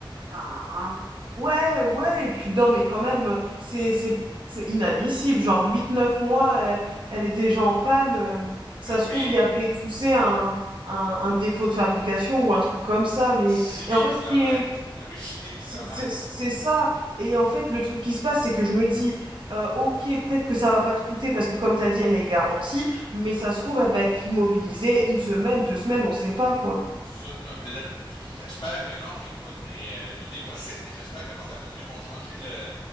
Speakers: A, on the right (about 65°); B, on the left (about 65°).
A: ben, ouais, ouais. Et puis non, mais quand même, c'est, c'est, c'est inadmissible. Genre huit neuf mois, elle, elle est déjà en panne. euh, Ça
B: Ben oui,
A: se trouve, il y avait, tu sais, un, un, un défaut de fabrication ou un truc comme ça, mais
B: six mille
A: et en fait,
B: kilomètres.
A: ce qui est
B: Ben oui, 6000
A: C'est
B: kilomètres.
A: c'est- c'est ça. Et en fait, le truc qui se passe, c'est que je me dis, euh, ok, peut-être que ça va pas te coûter parce que comme t'as dit, elle est garantie, mais ça se trouve, elle va être immobilisée une semaine, deux semaines, on sait pas quoi.
B: Ça, non, ben, pff, j'espère que non, écoute, mais euh, tout est possible, mais j'espère que non. D'après moi, ils vont changer le,